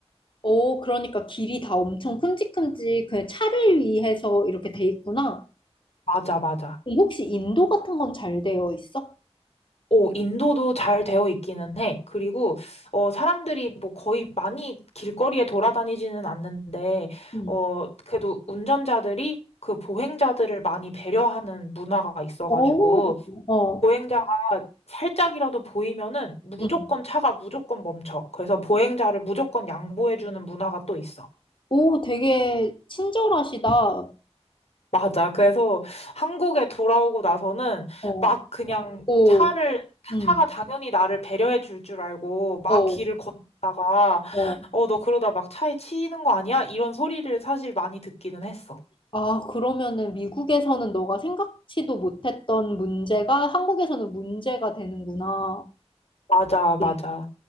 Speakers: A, on the left; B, on the left.
A: 오, 그러니까 길이 다 엄청 큼직큼직 그냥 차를 위해서 이렇게 돼 있구나.
B: 맞아, 맞아.
A: 그럼 혹시 인도 같은 건 잘 되어 있어?
B: 오, 인도도 잘 되어 있기는 해. 그리고, 어, 사람들이 뭐 거의 많이 길거리에 돌아다니지는 않는데,
A: 음.
B: 어, 그래도 운전자들이 그 보행자들을 많이 배려하는 문화가 있어가지고,
A: 오, 어,
B: 보행자가 살짝이라도 보이면은 무조건
A: 응.
B: 차가 무조건 멈춰. 그래서 보행자를 무조건 양보해주는 문화가 또 있어.
A: 오, 되게 친절하시다. 어,
B: 맞아. 그래서 한국에 돌아오고 나서는
A: 어,
B: 막 그냥
A: 오,
B: 차를,
A: 응,
B: 차가 당연히 나를 배려해 줄 줄 알고 막
A: 어,
B: 길을 걷다가,
A: 어.
B: 어, 너 그러다 막 차에 치이는 거 아니야? 이런 소리를 사실 많이 듣기는 했어.
A: 아, 그러면은 미국에서는 너가 생각지도 못했던 문제가 한국에서는 문제가 되는구나.
B: 맞아,
A: 네.
B: 맞아.